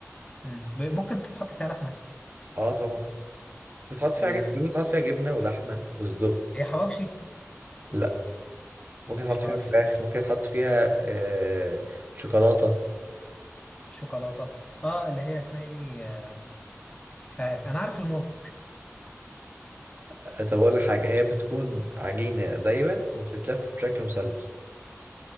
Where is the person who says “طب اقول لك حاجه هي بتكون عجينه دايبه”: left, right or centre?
Right